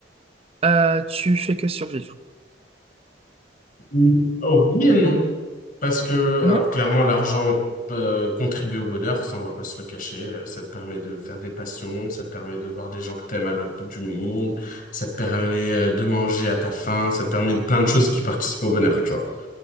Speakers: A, on the right; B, on the left.
A: euh, tu fais que survivre.
B: Mm, Oh, oui et non. Parce que,
A: Non?
B: alors clairement, l'argent euh, contribue au bonheur, ça on va pas se le cacher. Euh, Ça te permet de faire des passions, ça te permet de voir des gens que t'aimes à l'autre bout du monde, ça te permet euh, de manger à ta faim, ça te permet de plein de choses qui participent au bonheur, tu vois.